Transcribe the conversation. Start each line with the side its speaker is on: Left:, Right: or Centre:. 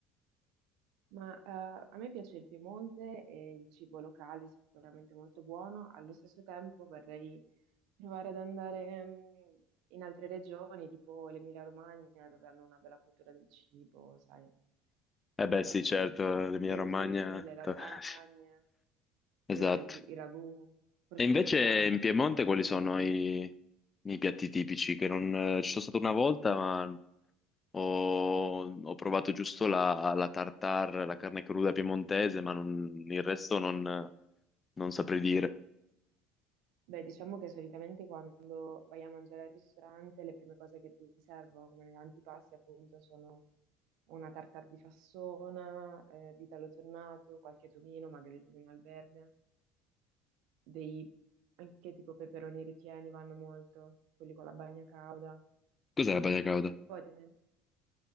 Right: Ma eh, a me piace il Piemonte e il cibo locale è sicuramente molto buono. Allo stesso tempo vorrei provare ad andare mm, in altre regioni, tipo l'Emilia-Romagna, dove hanno una bella cultura del cibo, sai,
Left: Eh beh,
Right: ehm,
Left: sì, certo,
Right: i tortellini,
Left: l'Emilia Romagna.
Right: le lasagne,
Left: to- <laughs> Esatto.
Right: il regu- i ragù, prosciutto
Left: E invece
Right: di Parma,
Left: in Piemonte
Right: chi più ne
Left: quali
Right: ha più
Left: sono
Right: ne metta.
Left: i, i piatti tipici? Che non eh, ci sono stato una volta, ma ho, ho provato giusto la, la tartare, la carne cruda piemontese, ma non- il resto non non saprei dire.
Right: Beh, diciamo che solitamente quando vai a mangiare al ristorante, le prime cose che ti servono come antipasti, appunto, sono una tartare di fassona, eh, vitello tornato, qualche tomino, magari il tomino al verde, dei anche tipo peperoni ripieni vanno molto, quelli con la bagna cauda.
Left: Cos'è la bagna cauda?
Right: E poi tenden-